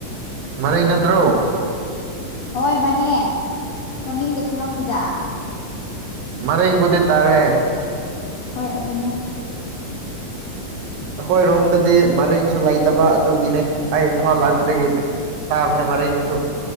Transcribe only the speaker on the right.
ꯃꯔꯤꯡ ꯅꯠꯇ꯭ꯔꯣ
ꯃꯔꯤꯡꯕꯨꯗꯤ ꯇꯥꯔꯦ
ꯑꯩꯈꯣꯏ ꯔꯣꯝꯗꯗꯤ ꯃꯔꯦꯡꯁꯨ ꯂꯩꯇꯕ ꯑꯗꯨꯒꯤꯅꯦ ꯑꯩ ꯏꯝꯐꯥꯜ ꯂꯥꯛꯄꯗꯒꯤꯗꯤ ꯇꯥꯕꯅꯦ ꯃꯔꯦꯡꯁꯨ